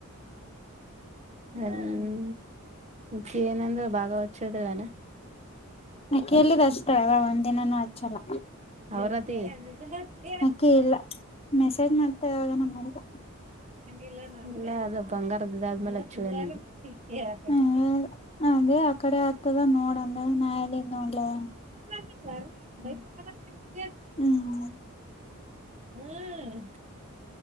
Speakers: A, on the right; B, on the left.
A: ಹ್ಮ ಖ ಏನಂದ್ರೆ ಭಾಗವ ಕ್ಷೇದಗಳಾನ
B: ಅಕ್ಕಿ ಎಲ್ಲಿದ ಹಚ್ತಾಳವ ಒಂದ್ ದಿನಾನೂ ಹಚ್ಚಲ್ಲ
A: ಆವೃತಿ <unintelligible>
B: ಅಕ್ಕಿ ಇಲ್ಲ ಮೆಸೇಜ್ ಮಾಡ್ತಾ ಯಾವಾಗನ ಮಾಡಿದ
A: ಇಲ್ಲೇ ಅದ ಬಂಗಾರದ್ದ್ದ ಆದ್ಮೇಲೆ ಅಚ್ಚ ಯತ
B: ಹ್ಮ್ ಅದೇ ಆ ಕಡೆ ಆಗ್ತದ ನೋಡಂದ ನಾಲ್ಲಿ ನೋಡ್ಲವೆ
A: <inaudible>
B: ಹ್ಮ್
A: ಹ್ಮ್